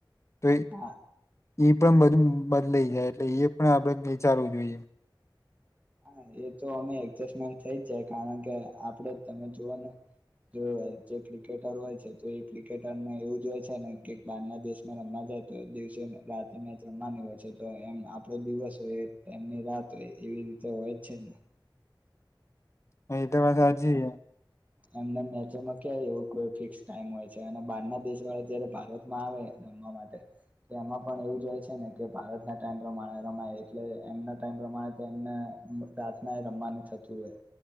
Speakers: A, on the left; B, on the right.
A: તો
B: હા
A: એ પણ બધું બદલાઈ જાય એટલે એ પણ આપણે વિચારવું જોઈએ.
B: હા એ તો અમે એડજસ્ટમેન્ટ થઈ જ જાય, કારણ કે આપડ તમે જુઓ ને જો જે ક્રિકેટર હોય છે, તો એ ક્રિકેટરને એવું જો હોય છે ને કે બારના દેશમાં રમવા જાય તો દિવસે રાત મેચ રમવાની હોય છે, તો એમ આપડો દિવસ હોય. એમની રાત્રે એવી રી તો હોય જ છે ને.
A: અહી તો બસ હજ <unintelligible>
B: એમને મેચોમાં કય એવું કોઈ ફિક્સ ટાઈમ હોય છે અને બારના દેશ વાળા જયારે ભારતમાં આવે, રમવા માટે તો એમાં પણ એવું જ હોય છે ને કે ભારતના ટાઈમ પ્રમાણે રમાય એટલે એમના ટાઈમ પ્રમાણે એમને રાતના રમવાનું થતું હોય.